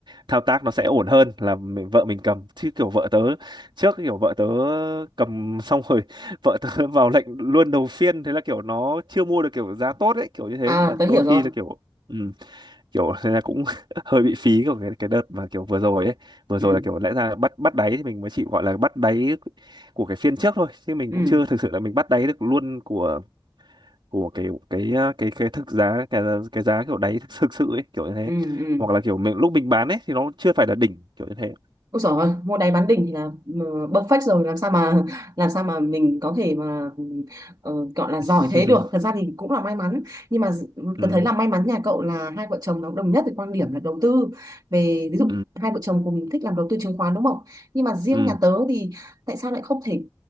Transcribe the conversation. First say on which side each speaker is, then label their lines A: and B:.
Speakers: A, on the right (about 60°); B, on the right (about 50°).
A: thao tác nó sẽ ổn hơn là mình, vợ mình cầm chứ kiểu vợ tớ trước kiểu vợ tớ cầm xong rồi <laughs> vợ tớ vào lệnh luôn đầu phiên thế là kiểu nó chưa mua được kiểu giá tốt ấy kiểu như thế
B: à
A: là
B: tớ
A: đôi
B: hiểu
A: khi
B: rồi
A: là kiểu ừ, kiểu <laughs> thế là cũng <laughs> hơi bị phí của cái, cái đợt mà kiểu vừa rồi ấy vừa
B: ừ
A: rồi là kiểu lẽ ra bắt bắt đáy thì mình mới chỉ gọi là bắt đáy của cái phiên trước thôi chứ mình
B: ừ
A: cũng chưa thực sự là mình bắt đáy được luôn của của cái cái ờ, cái cái thực giá cái cái giá kiểu đáy thực, thực sự ấy kiểu như thế
B: ừ ừ
A: hoặc là kiểu mình lúc mình bán ấy thì nó chưa phải là đỉnh kiểu như thế
B: Ôi giời ơi, mua đáy bán đỉnh thì là ờ, perfect rồi làm sao mà <laughs> làm sao mà mình có thể mà ờ, gọi là giỏi
A: <laughs>
B: thế được thật ra thì cũng là may mắn nhưng mà d-
A: ừ
B: tớ thấy là may mắn nhà cậu là hai vợ chồng nó cũng đồng nhất về quan điểm là đầu tư về ví
A: ừ
B: dụ hai vợ chồng cùng thích làm đầu tư chứng khoán đúng không nhưng mà riêng
A: ừ
B: nhà tớ thì tại sao lại không thể